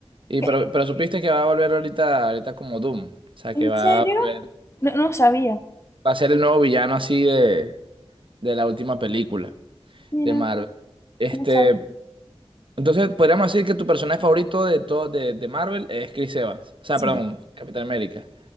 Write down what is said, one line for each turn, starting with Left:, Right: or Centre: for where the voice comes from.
Right: y
Left: ¿qué-
Right: pero, pero supiste que va a volver ahorita, ahorita como Doom. O sea,
Left: qué?
Right: que
Left: ¿en
Right: va
Left: serio?
Right: a volver.
Left: No, no sabía,
Right: Va a ser el nuevo villano así de, de la última película.
Left: mira,
Right: de Marvel. Este,
Left: no sabía,
Right: entonces, podríamos decir que tu personaje favorito de todo de, de Marvel es Chris Evans. O sea,
Left: sí,
Right: perdón, Capitán América.